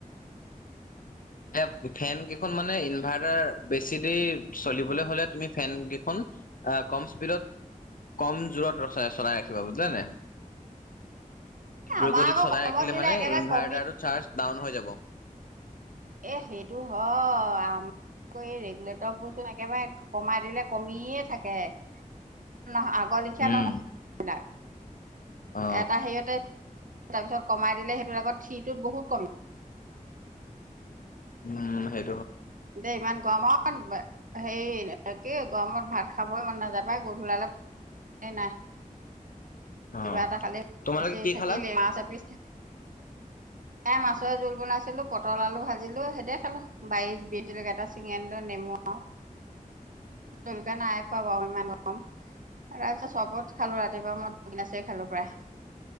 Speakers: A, on the left; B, on the right.
A: এ ফেন কেইখন মানে ইনভাৰ্টাৰ বেছি দেৰি চলিবলৈ হ'লে তুমি ফেন কেইখন- আহ কম স্পীডত কম জোৰত ৰ চলাই ৰাখিবা বুজিলা। নাই তীব্ৰ
B: আমাৰ
A: গতিত
B: আকৌ
A: চলাই
B: কমত
A: ৰাখিলে
B: দিলে
A: মানে
B: একেবাৰে
A: ইনভাৰ্টাৰটো
B: কমি
A: চাৰ্জ- ডাউন হৈ যাব।
B: এ সেইটো হয় আ- ৰেগুলেটৰ বস্তু একেবাৰে কমাই দিলে কমিয়ে থাকেহ- আগৰ লিখীয়া
A: উম
B: নহয়াক
A: অ
B: এটা হেৰিয়তে- তাৰপিছত কমাই দিলে সেইটোৰ আগত থিটোত বহুত কমি
A: উম হয়
B: দেই ইমান গৰমত আৰু হেৰি কি গৰমত ভাত খাব মন নাযা পায় গোধূলালে- নাই
A: অ
B: কিবা এটা খালি
A: তোমালোকে
B: মচ
A: কি
B: থাকিলে
A: খালা
B: মাছ এপিচ থাক এই মাছৰ জোল বনাইছিলো পটল আলু ভাজিলো সেইতে খালো বাৰিছ বিধ- যিবিলক এটা চিঙ আন লৈ নেমু আৰু জলকা নাই খোৱা বৰু ইমান কম তাৰপিছত চবত খালো ৰাতিপুৱা মই দুগনাছে খালো প্ৰায়।